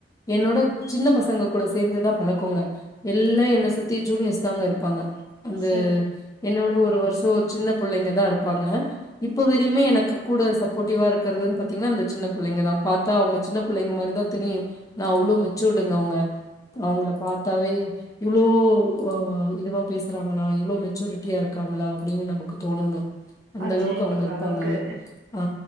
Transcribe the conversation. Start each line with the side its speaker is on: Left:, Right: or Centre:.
Left: என்னோட சின்ன பசங்க கூட சேந்துதா பழக்கோங்க எல்லா என்ன சுத்தி ஜூனியர்ஸ் தாங்க இருப்பாங்க அந்த
Right: சரிங்க
Left: என்ன விட ஒரு வருஷோ சின்ன புள்ளைங்க தா இருப்பாங்க இப்ப வரையுமே எனக்கு கூட சப்போட்டிவா இருக்கறதுன் பாத்தீங்கன்னா அந்த சின்ன புள்ளைங்க தா பாத்தா அவங்க சின்ன புள்ளங்க மாரிதா தெரியு ஆனா அவ்ளோ மெச்சூர்டுங்க அவங்க அவங்கள பாத்தாவே இவ்வளோ அ இதுவா பேசுறாங்களா இவ்ளோ அ இதுவா பேசறாங்களா இவ்ளோ மெச்சூரிட்டியா இருக்காங்களா அப்டின்னு நமக்கு தோணுங்க அந்தளவுக்கு
Right: ஆச்சரியப்படுற
Left: அவங்க இருப்பாங்கங்க
Right: அளவுக்கு
Left: ஆ